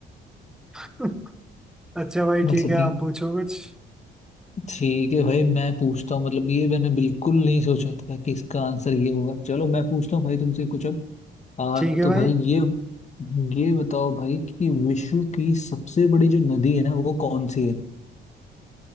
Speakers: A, in the centre; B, on the left.
A: <laughs> अच्छा भाई
B: मतलब
A: ठीक है आप
B: कि
A: पूछो कुछ
B: ठीक है भाई मैं पूछता हूँ मतलब ये मैंने बिल्कुल नहीं सोचा था कि इसका आंसर ये होगा चलो मैं पूछता हूँ भाई तुमसे कुछ अब आ,
A: ठीक है
B: तो
A: भाई
B: भाई ये ये बताओ भाई कि विश्व की सबसे बड़ी जो नदी है ना वो कौन सी है